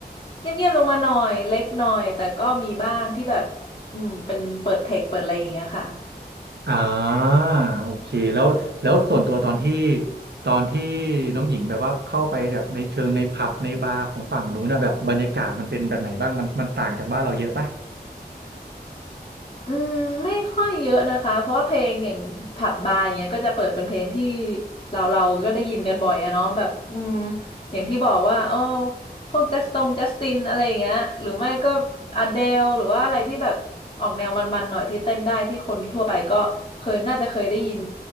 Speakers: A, on the left; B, on the right.
A: เงียบๆลงมาหน่อยเล็กหน่อยแต่ก็มีบ้างที่แบบอืมเป็นเปิดเทคเปิดอะไรอย่างเงี้ยค่ะ
B: อ่าโอเคแล้วแล้วส่วนตัวตอนที่ตอนที่น้องหญิงแบบว่าเข้าไปแบบในเชิงในผับในบาร์ของฝั่งนู้นนะแบบบรรยากาศมันเป็นแบบไหนบ้างมันมันต่างจากบ้านเราเยอะปะ
A: อืมไม่ค่อยเยอะนะคะเพราะว่าเพลงอย่างผับบาร์อย่างเงี้ยก็จะเปิดเป็นเพลงที่เราเราก็ได้ยินกันบ่อยอะเนาะแบบอืมอย่างที่บอกว่าอ้อพวกจัสตงจัสตินอะไรอย่างเงี้ยหรือไม่ก็อเดลหรือว่าอะไรที่แบบออกแนวมันๆหน่อยที่เต้นได้ที่คนทั่วไปก็เคยน่าจะเคยได้ยิน